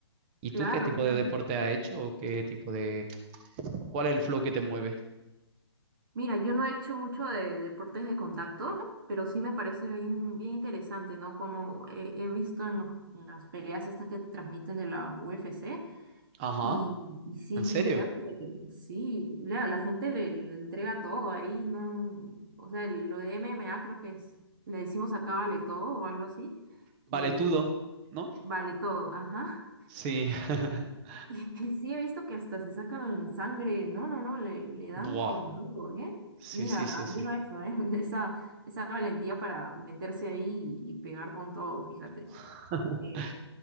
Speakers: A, on the right (about 25°); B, on the right (about 45°).
A: ¿Y
B: Claro,
A: tú qué tipo
B: claro.
A: de deporte has hecho o qué tipo de ¿Cuál es el flow que te mueve?
B: Mira, yo no he hecho mucho de deportes de contacto, pero sí me parece bien, bien interesante, ¿no? Como he, he visto en, los- en las peleas estas que transmiten de la UFC,
A: Ajá,
B: y, y sí,
A: ¿en serio?
B: veo que sí, la, la gente le, le entrega todo ahí, ¿no? O sea, lo de MMA creo que es, le decimos acá vale todo o algo así,
A: Vale,
B: y
A: tú dos, ¿no?
B: vale todo, ajá.
A: Sí. <laughs>
B: Y <laughs> sí, he visto que hasta se sacan sangre. No, no, no, le, le dan
A: Buah.
B: con todo, ¿eh?
A: Sí,
B: Mira,
A: sí, sí,
B: admiro
A: sí.
B: eso, ¿eh? <laughs> Esa, esa valentía para meterse ahí y, y pegar con todo, fíjate.
A: <laughs>
B: Eh,